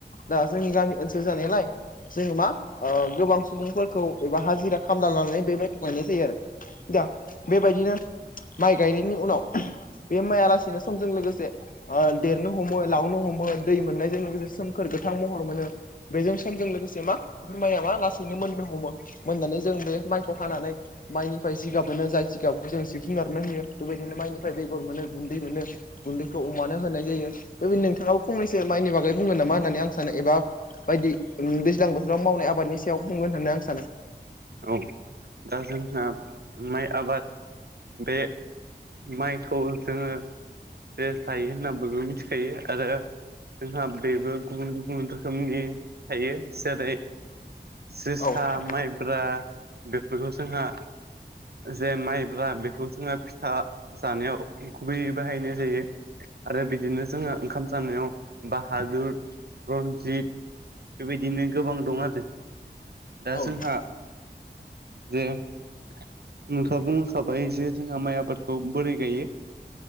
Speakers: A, on the left; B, on the right.
A: दा जोंनि गामि ओनसोल जानायलाय जोङो मा गोबां सुबुंफोरखौ एबा हाजिरा खामना लानानै बेबायखौ गायनाय जायो आरो दा बेबायदिनो माइ गायनायनि उनाव बे माइआलासे बिदिनो समजों लोगोसे देरनो हमो लावनो हमो दै मोननायजों लोगोसे सोमखोर गोथां महर मोनो बेजों समजों लोगोसे मा बे माइाबा लासैनो मोननो हमो मोननानै जों बे माइखौ हानानै माइनिफ्राय जिगाब मोनो जाय जिगाबखौ जों जिब जुनारनो होयो बेबायदिनो माइनिफ्राय बेगर मोनो गुन्दै थिख बिदिनो गुन्दैखौ अमानो होनाय जायो बबिन नोंथाङाबो फंनैस माइनि बागै बुंङोन नामा होननानै आं सानो एबा बायदि दैज्लां बोथोराव मावनाय आबादनि सायाव बुंगोन होननानै आं सानो
B: औ दा जोंहा माइ आबाद बे माइखौ जोङो रेस लायो होननानै बयबो मिथिखायो आरो जोंहा बेबो गुबुन गुबुन रोखोमनि थायो जेरै जोसा
A: औ नोंथां
B: माइब्रा बेफोरखौ जोंहा जे माइब्रा बेखौ जोङो फिथा जानायाव गुबैयै बाहायनाय जायो आरो बिदिनो जोङो ओंखाम जानायाव बाहादुर रन्जित बेबायदिनो गोबां दं आरो दा
A: औ नोंथां औ
B: जोंहा
A: नोंथां
B: जे नोंथाङा बुंखाबाय जे जोंहा माइ आबादखौ बोरै गायो